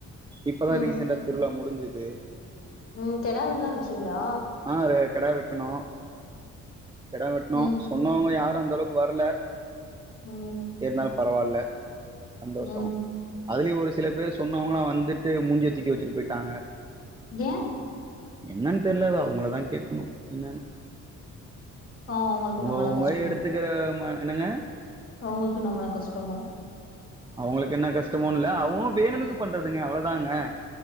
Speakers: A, on the right (about 15°); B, on the left (about 45°).
A: இப்பதா
B: ம்
A: ரீசெண்டா திருவிழா முடிஞ்சது
B: ம் கெடா விருந்துலா வச்சிங்ளா
A: ஆ ர கெடா வெட்டுணோ கெடா வெட்னோ
B: ம்
A: சொன்னவங்க யாரு அந்தளவுக்கு வரல
B: ம்
A: இருந்தாலு பரவால்ல சந்தோஷோ
B: ம்
A: அதுலயு ஒரு சில பேர் சொன்னவங்ளா வந்துட்டு மூஞ்ச தூக்கிவச்சுட்டு போயிட்டாங்க
B: ஏ
A: என்னன்னு தெர்ல அது அவங்களதா கேக்கணு என்னன்னு
B: பாவோ அவங்களுக்கு
A: ஒங்க
B: என்ன மேல
A: ஒங்க
B: கஷ்டமா
A: எடுத்துக்கிற ம என்னங்க
B: அவங்களுக்கு என்ன மன கஷ்டமோ
A: அவங்களுக்கு என்ன கஷ்டமோனு இல்ல அவுங்கோ வேணுனுக்கு பண்றதுங்க அவ்வளோதாங்க